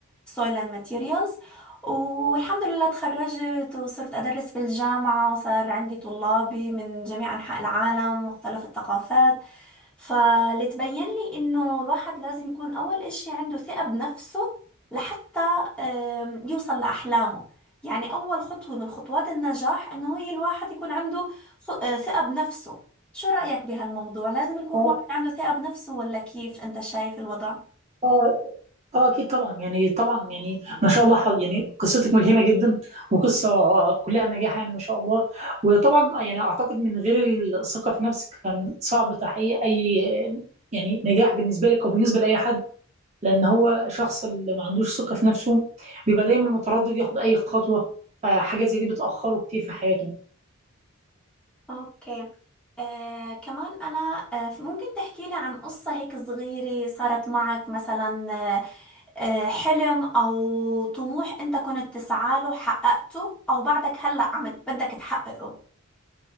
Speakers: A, in the centre; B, on the right.
A: soil and materials والحمد لله تخرجت وصرت أدرس في الجامعة وصار عندي طلابي من جميع أنحاء العالم مختلف الثقافات فلتبين لي انه الواحد لازم يكون اول اشي عنده ثقة بنفسه لحتى آم، يوصل لأحلامه يعني اول خطوة من خطوات النجاح انه هي الواحد يكون عنده خ- آه، ثقة بنفسه شو رأيك بهالموضوع لازم يكون
B: اه
A: الواحد عنده ثقة بنفسه ولا كيف انت شايف الوضع
B: اه اه اكيد طبعا يعني طبعا يعني ما شاء الله حظ- يعني قصتك ملهمه جدا وقصه آه، كلها نجاح يعني ما شاء الله وطبعا يعني اعتقد من غير الثقه في نفسك كان صعب تحقيق اي يعني نجاح بالنسبه لك او بالنسبه لاي حد لان هو شخص اللي ما عندوش ثقه في نفسه بيبقى دايما متردد ياخد اي خطوه فحاجه زي دي بتاخره كتير في حياته
A: اوكي آه، كمان أنا آه، ممكن تحكي لي عن قصة هيك صغيرة صارت معك مثلا آه، حلم أو طموح أنت كنت تسعى له حققته أو بعدك هلأ عم بدك تحققه